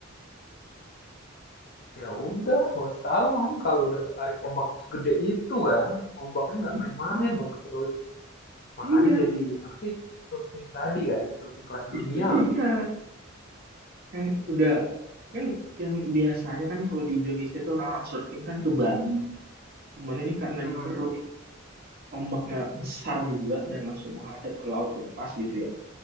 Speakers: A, on the left (about 50°); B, on the right (about 45°).
A: Ya udah, wassalam kalau udah ketarik ombak segede itu kan, ombaknya
B: Hmm,
A: nggak main-main loh keruy. Makanya
B: iya
A: jadi apa sih surfing tadi kan, surfing kelas dunia
B: itu dia
A: lagi.
B: kan udah kan yang biasanya kan kalau di Indonesia tuh orang-orang surfing kan ke Bali cuman ini karena
A: Mm-mm.
B: dikeruk ombaknya besar juga dan langsung menghadap ke laut lepas gitu ya